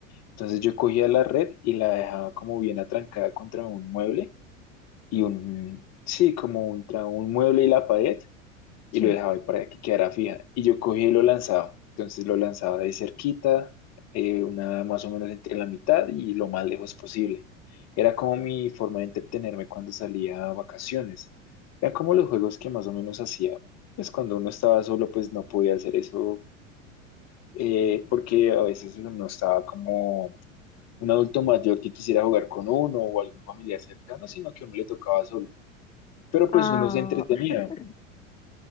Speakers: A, on the left; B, on the left.
A: Entonces yo cogía la red y la dejaba como bien atrancada contra un mueble y un, sí, como contra un mueble y la pared y
B: sí.
A: lo dejaba ahí para que quedara fija. Y yo cogía y lo lanzaba. Entonces lo lanzaba de cerquita, eh, una más o menos entre la mitad y lo más lejos posible. Era como mi forma de entretenerme cuando salía a vacaciones. Era como los juegos que más o menos hacía. Pues cuando uno estaba solo, pues no podía hacer eso, eh, porque a veces uno no estaba como un adulto mayor que quisiera jugar con uno o algún familiar cercano, sino que a uno le tocaba solo. Pero pues
B: Ah,
A: uno se entretenía.
B: <laughs>